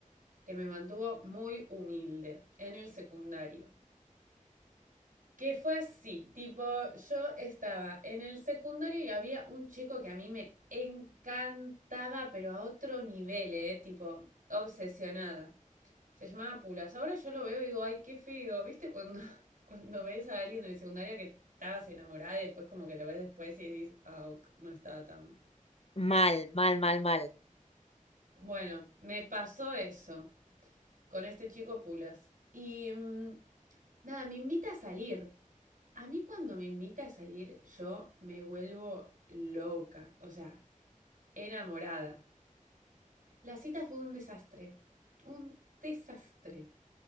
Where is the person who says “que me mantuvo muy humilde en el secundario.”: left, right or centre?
Right